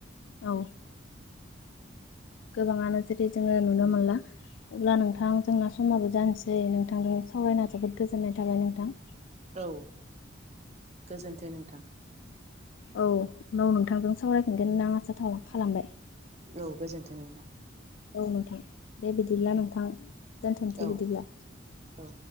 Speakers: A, on the left (about 75°); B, on the right (about 35°).
A: औ गोबाङानो जेरै जोङो नुनो मोनला अब्ला नोंथां जोंना समाबो जानोसै नोंथांजों सावरायना जोबोद गोजोननाय थाबाय नोंथां।
B: औ गोजोनथों नोंथां
A: औ उनाव नोंथांजों सावरायफिनगोन आं आसा खालामबाय
B: औ गोजोनथों नोंथां
A: औ नोंथां दे बिदिब्ला नोंथां दोनथ'सै
B: औ
A: बिदिब्ला
B: औ